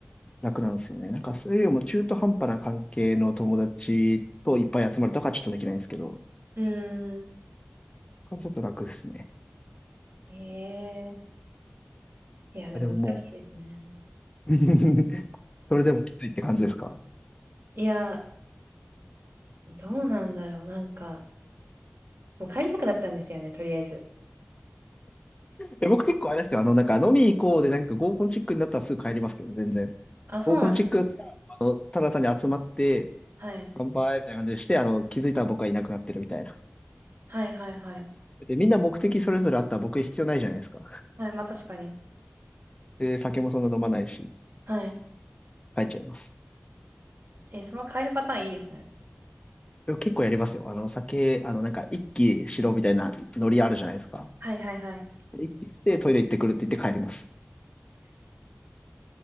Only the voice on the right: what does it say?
うーん。
ええいや、でも難しいですね。
いや、どうなんだろう。なんか、もう帰りたくなっちゃうんですよね、とりあえず。
あ、そうなんです。
はい。
はいはいはい。
はい、まあ確かに。
はい。
え、その帰るパターンいいですね。
はいはいはい。